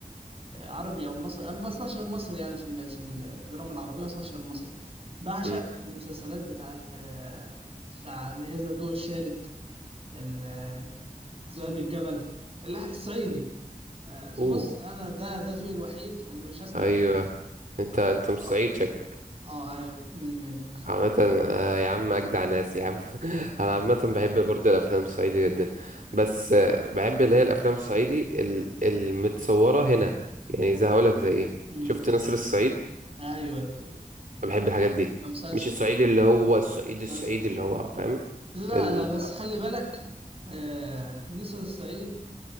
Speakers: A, on the right; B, on the right.
A: عربي او مصري انا ما بسمعش غير مصري يعني في ال- في الدراما العربيه ما بسمعش غير مصري بعشق
B: امم
A: المسلسلات بتاعت آه، بتاع اللي هي زي الضوء الشارد ال- آه، ذئاب الجبل اللي- الصعيدي آه،
B: اوه
A: بص انا ده ده ذوقي الوحيد واللي مش هسمع
B: ايوه
A: غيره
B: انت
A: بقى-
B: انت
A: بصراحه
B: مش سعيد شكلك
A: اه ايوه من المنيا
B: عامة آه، يا عم أجدع ناس يا عم <laughs> أنا عامة بحب برضه الأفلام الصعيدي جدا بس آه، بحب اللي هي الأفلام الصعيدي ال- المتصورة هنا يعني زي هقولك زي إيه
A: امم
B: شفت نصر الصعيد
A: ايوه ايوه ايوه
B: أنا بحب الحاجات دي
A: ده مسلسل
B: مش الصعيدي اللي هو الصعيدي الصعيدي
A: مسلسل أيوة.
B: اللي هو فاهم
A: لا
B: ال...
A: لا بس خلي بالك آه، نسر الصعيد